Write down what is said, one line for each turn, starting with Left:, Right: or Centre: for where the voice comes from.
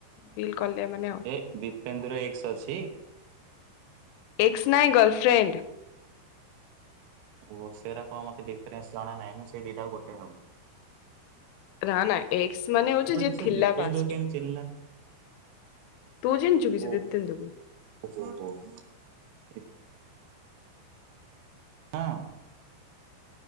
Left: ବିଲ୍ କଲେ ଏମାନେ ଆଉ
Right: ଏ ଦିପେନ୍ଦୁର ଏକ୍ସ ଅଛି?
Left: ଏକ୍ସ ନାଇ ଗର୍ଲଫ୍ରେଣ୍ଡ।
Right: ଓହ ସେରା କଣ ମତେ ଡିଫରେସ ଜଣା ନାହିଁ ମୁଁ ସେ ଦିଟାକୁ ଗୋଟେ ଭାବୁଚି।
Left: ନା ନା ଏକ୍ସ ମାନେ ହଉଚି
Right: ମୁଁ କହିଲି
Left: ଯିଏ
Right: ସେ
Left: ଥିଲା
Right: ଦୀପେନ୍ଦୁ
Left: ପାଷ୍ଟ
Right: କେମିତି
Left: ରେ।
Right: ଚିହ୍ନିଲା
Left: ତୁ ଚିହ୍ନିଛୁି କି
Right: ଓ
Left: ସେ ଦିପ୍ତେନ୍ଦୁକୁ?
Right: <unintelligible> ଏ- <unintelligible>